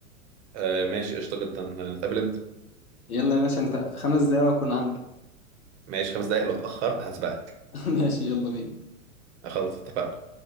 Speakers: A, on the right; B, on the left.
A: آه ماشي قشطة جدا نتقابل إمتى؟
B: يلا يا باشا أنت خمس دقايق وأكون عندك
A: ماشي خمس دقايق لو اتأخرت هسبقك
B: <laughs> ماشي يلا بينا
A: خلاص اتفقنا